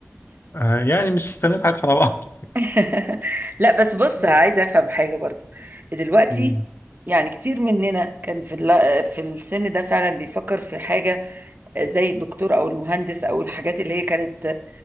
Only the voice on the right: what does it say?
<laughs> لا بس بص
عايزه افهم حاجه برضو دلوقتي
يعني كتير مننا كان في ال- في السن ده فعلا بيفكر في حاجه زي الدكتور او المهندس او الحاجات اللي هي كانت